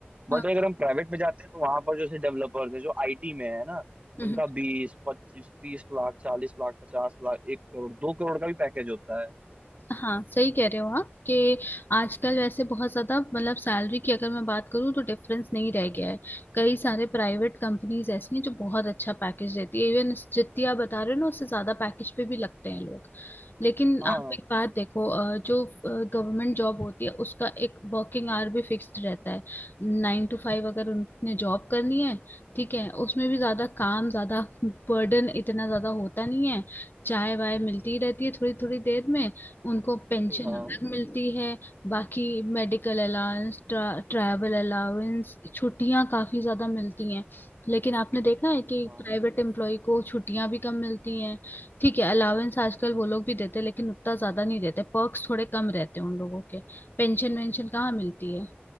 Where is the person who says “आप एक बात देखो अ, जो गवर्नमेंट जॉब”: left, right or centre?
Left